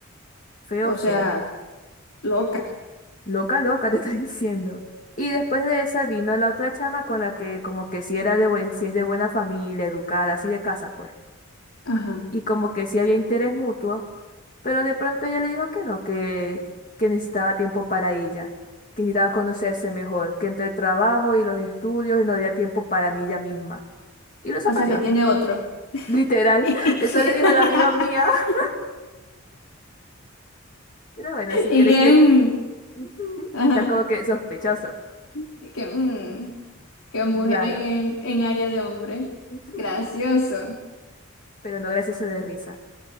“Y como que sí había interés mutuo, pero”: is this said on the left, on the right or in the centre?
Left